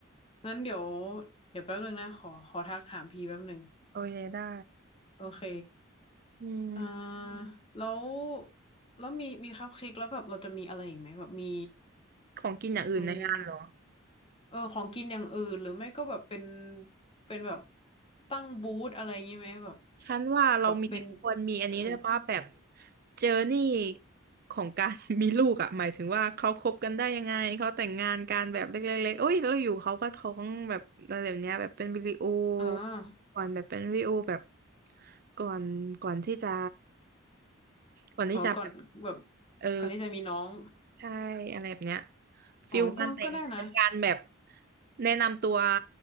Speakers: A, on the left; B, on the right.
A: งั้นเดี๋ยว เดี๋ยวแป๊บนึงนะขอขอทักถามพีแป๊บนึง
B: โอเคได้
A: โอเค
B: อืม
A: เออแล้วแล้วมีมีคัพเค้กแล้วแบบเราจะมีอะไรอีกไหมแบบมี
B: ของกินอย่างอื่นในงานเหรอ
A: อืม เออของกินอย่างอื่นหรือไม่ก็แบบเป็นเป็นแบบตั้งบูธอะไรอย่างงี้ไหมแบบ
B: ฉันว่าเรามีควรมีอันนี้ด้วยป่ะแบบ
A: แบบเป็นเออ
B: เจอร์นี่ของการ <laughs> มีลูกอ่ะหมายถึงว่าเขาคบกันได้ยังไงเขาแต่งงานกันแบบเล็กๆๆโอ้ยแล้วอยู่เขาก็ท้องแบบอะไรแบบเนี้ยแบบเป็นวิดีโอ
A: อ่า
B: ก่อนแบบเป็นวิดีโอแบบก่อนก่อนที่จะก่อนที่จะแบบ
A: อ๋อก่อนแบบ
B: เออ
A: ก่อนที่จะมีน้อง
B: ใช่อะไรแบบเนี้ยฟิลงานแต่งเป็นการแบบ
A: อ๋อก็ก็ได้นะ
B: แนะนำตัว